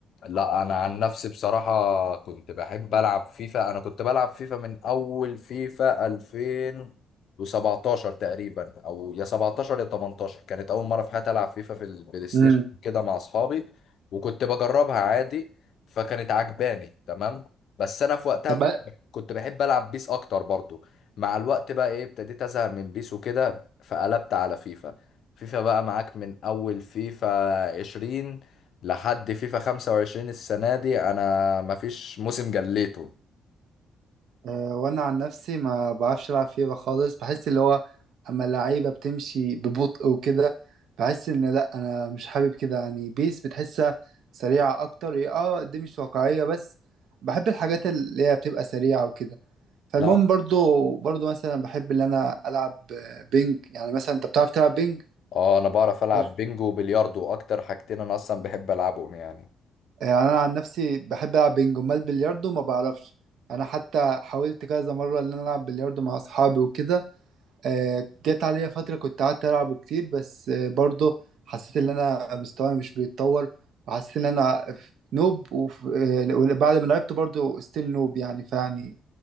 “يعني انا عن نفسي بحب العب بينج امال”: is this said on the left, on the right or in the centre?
Right